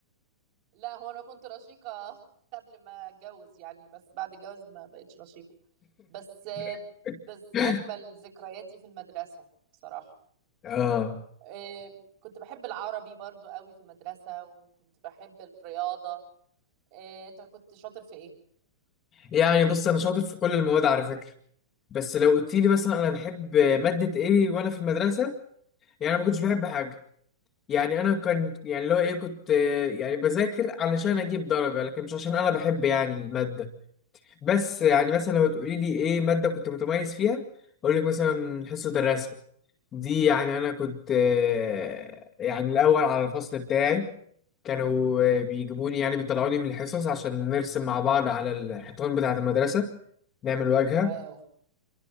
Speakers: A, on the right; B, on the left.
A: لا هو انا كنت رشيقه <laughs> قبل ما اتجوز يعني بس بعد الجواز ما بقتش رشيقه بس آه،
B: <laughs>
A: بس اجمل ذكرياتي في المدرسه بصراحه
B: اه
A: آه، كنت بحب العربي برضو قوي في المدرسة وكنت بحب الرياضة آه، انت كنت شاطر في ايه؟
B: يعني بص انا شاطر في كل المواد على فكره بس لو قلت لي مثلا انا بحب ماده ايه وانا في المدرسه يعني انا ما كنتش بحب حاجه يعني انا كان يعني اللي هو ايه كنت آه، يعني بذاكر علشان اجيب درجه لكن مش عشان انا بحب يعني الماده بس يعني مثلا لو تقولي لي ايه ماده كنت متميز فيها اقول لك مثلا حصه الرسم دي يعني انا كنت آه، يعني الاول على الفصل بتاعي كانوا آه، بيجيبوني يعني بيطلعوني من الحصص عشان نرسم مع بعض على الحيطان بتاعة المدرسة نعمل واجهة
A: واو